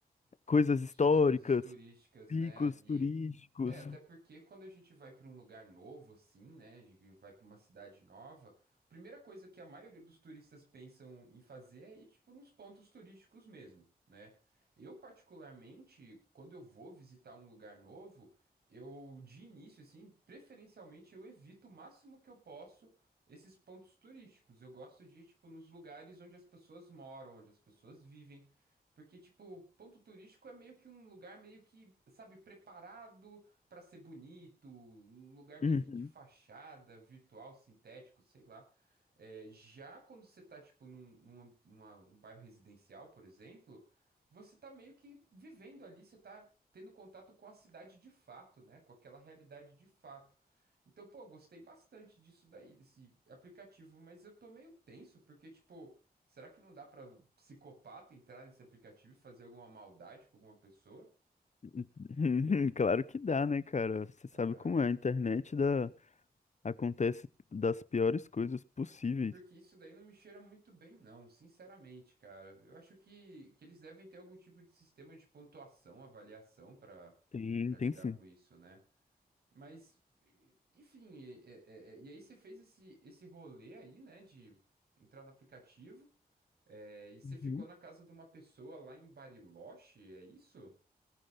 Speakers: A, on the left; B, on the right.
A: coisas históricas,
B: suas coisas turísticas,
A: picos
B: né, ali.
A: turísticos.
B: É, até porque quando a gente vai para um lugar novo assim, né, a gente vai para uma cidade nova, a primeira coisa que a maioria dos turistas pensam em fazer é ir tipo nos pontos turísticos mesmo, né? Eu particularmente, quando eu vou visitar um lugar novo, eu de início assim, preferencialmente eu evito o máximo que eu posso esses pontos turísticos. Eu gosto de ir tipo nos lugares onde as pessoas moram, onde as pessoas vivem porque, tipo, ponto turístico é meio que um lugar meio que, sabe, preparado pra ser bonito, um lugar meio
A: Uhum.
B: que de fachada, virtual, sintético, sei lá. É, já quando você tá, tipo, num, numa- numa- um bairro residencial, por exemplo, você tá meio que vivendo ali, você tá tendo contato com a cidade de fato, né? Com aquela realidade de fato. Então, pô, gostei bastante disso daí, desse aplicativo, mas eu tô meio tenso, porque, tipo. Será que não dá pra o psicopata entrar nesse aplicativo e fazer alguma maldade com alguma pessoa?
A: <laughs> Claro que dá, né, cara? Você
B: Caraca.
A: sabe como é, a internet dá... acontece das piores coisas possíveis.
B: Porque isso daí não me cheira muito bem, não, sinceramente, cara. Eu acho que, que eles devem ter algum tipo de sistema de pontuação, avaliação pra
A: Tem,
B: para lidar
A: tem sim.
B: com isso, né? Mas, e- enfim, e, é- é- e aí você fez esse, esse rolê aí, né, de entrar no aplicativo, é, e você
A: Uhum.
B: ficou na casa de uma pessoa lá em Bariloche, é isso?